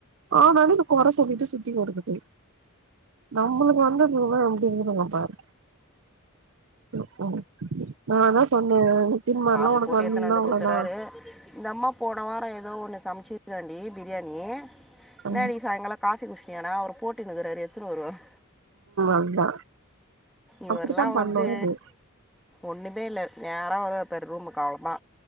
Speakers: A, on the right; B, in the centre.
A: ஆனாலு இந்த கொற சொல்லிட்டு சுத்திங்கெடுக்குது நம்பளுக்கு வந்ததுங்கெல்லா எப்டி இருக்குதுங்கப் பாரு ம்க்ம் நா அதா சொன்ன நித்தி மார்லா
B: காப்பி
A: உனக்கு
B: போட்டு
A: வந்திந்தா
B: எத்தனை வந்து
A: அவ்வளோதா
B: குத்துறாரு இந்த அம்மா போன வாரோ ஏதோ ஒன்னு சமைச்சிருதாண்டி பிரியாணி என்னடி
A: ம்
B: சாயங்காலோ காஃபி குஷ்டி ஏனா அவரு போட்டுனு க்குராரு எத்துனு வருவாரு
A: அதுதா
B: இவர்லா
A: அப்டித்தா பண்ணு
B: வந்து
A: அது
B: ஒண்ணுமேல்ல நேரா வருவாரு பாரு ரூமுக்கு அவ்ளோ தா